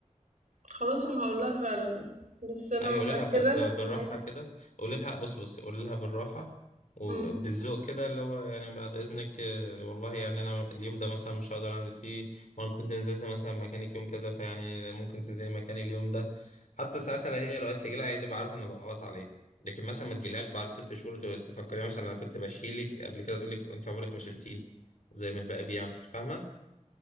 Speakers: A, on the right; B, on the left.
A: خلاص أنا هاقول لها فعلًا، بس أنا
B: ايوه
A: متأكدة
B: قولي لها ب... ب... بالراحه
A: إن هي
B: كده قولي لها بص بص قولي لها بالراحه وبالذوق
A: امم،
B: كده اللي هو يعني بعد اذنك آه، والله يعني انا اليوم ده مثلا مش هقدر انزل فيه وانا كنت نزلت مثلا مكانك يوم كذا فيعني ممكن تنزلي مكاني اليوم ده حتى ساعتها لو هي لو قالت لي جيلها هي تبقى عارفه ان الغلط عليها لكن مثلا ما تجيلهاش بعد ست شهور تقول- تفكري مثلا انا كنت بشيلك قبل كده تقول لك انت عمرك ما شلتيني زي ما الباقي بيعمل فاهمه